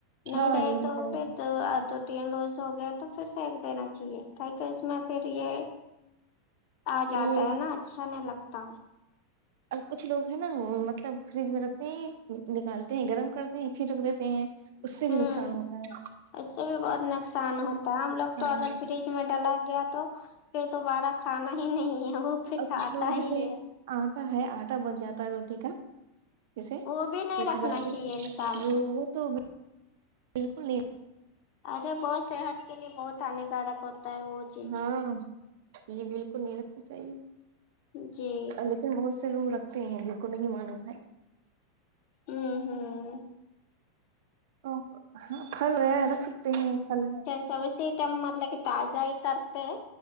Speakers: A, on the right; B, on the left.
A: ہاں
B: نہیں رہے
A: ایک
B: تو
A: طرح
B: پھر دو دو تین روز ہو گیا تو پھر پھینک دینا چاہیے کا کہ اس میں پھر یہ آ جاتا
A: یہ
B: ہے نا اچھا نہیں لگتا
A: اور کچھ لوگ ہیں نا وہ مطلب فریج میں رکھتے ہیں نکالتے ہیں گرم کرتے ہیں پھر رکھ دیتے ہیں
B: ہوں
A: اس سے بھی نقصان ہوتا ہے
B: اس سے بھی بہت نقصان ہوتا ہے ہم لوگ تو
A: ہاں
B: اگر فریج میں ڈالا گیا تو پھر دوبارہ کھانا ہی نہیں ہے وہ پھر
A: اور
B: کھاتا
A: کچھ لوگ
B: ہی
A: جیسے
B: ہے
A: آٹا ہے آٹا بچ جاتا ہے روٹی کا جیسے
B: وہ بھی نہیں
A: روٹی
B: رکھنا
A: بناتے
B: چاہیے
A: ہے
B: انسان کو
A: تو بالکل نہیں
B: ارے وہ صحت کے لیے بہت ہانیکارک ہوتا ہے وہ چیز
A: ہاں یہ بالکل نہیں رکھنی چاہیے
B: جی
A: لیکن بہت سے لوگ رکھتے ہیں جن کو نہیں معلوم ہے
B: ہوں ہوں
A: تو پھل ہے رکھ سکتے ہیں پھل ہے
B: سو سیٹم مطلب کہ تازہ ہی کرتے ہیں